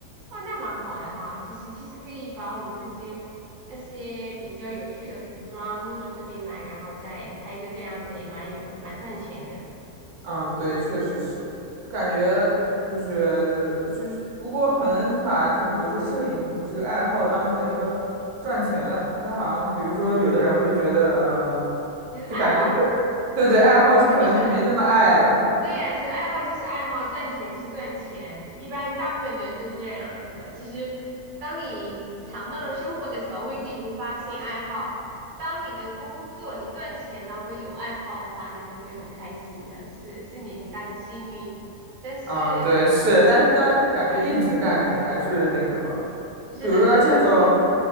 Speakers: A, on the right; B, on the right.
A: 哇，那蛮好的哈，就是其实可以把我们那些那些比较有趣的服装弄到这边来，然后再开一个这样子也蛮有蛮赚钱的，
B: 嗯，对，确实是，我感觉就是就是，不过可能你把就比如说摄影这个爱好当成一个赚钱的，那他好像比如说有的人会觉得，嗯、
A: 就是爱好
B: 就感觉对对对，爱好就可能就没那么爱了。
A: 啊，就是对呀，就是爱好就是爱好，赚钱就是赚钱。一般大部分的人都是这样子的。其实，当你尝到了生活的调味剂，你会发现爱好。当你的工作、你赚钱当中有爱好的话，那就会很开心的，是是你很大的幸运。但是，
B: 嗯，对，是，但是但感觉一直干可能还是那个吧，
A: 是的，
B: 比如说这种，
A: 是的，是的。